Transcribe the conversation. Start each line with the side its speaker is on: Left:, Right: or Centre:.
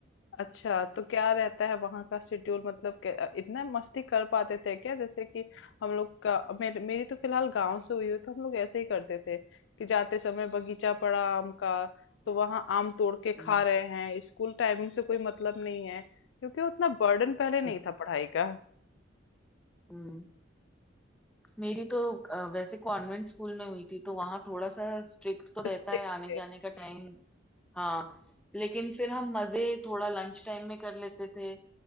Left: अच्छा तो क्या रहता है वहाँ का शेड्यूल मतलब क्या- इतना मस्ती कर पाते थे क्या जैसे कि हम लोग का मेर, मेरी तो फिलहाल गांव से हुई है तो हम लोग ऐसे ही करते थे कि जाते समय बगीचा पड़ा आम का तो वहाँ आम तोड़ के
Centre: हम्म
Left: खा रहे हैं स्कूल टाइमिंग से कोई मतलब नहीं है क्योंकि उतना बर्डन पहले
Centre: <laughs>
Left: नहीं था पढ़ाई का
Centre: हम्म मेरी तो अ, वैसे कॉन्वेंट स्कूल में हुई थी तो वहां थोड़ा सा स्ट्रिक्ट तो रहता
Left: स्ट्रिक्ट
Centre: है आने
Left: थे
Centre: जाने
Left: हम्म,
Centre: का टाइम हाँ लेकिन फिर हम मजे थोड़ा लंच टाइम में कर लेते थे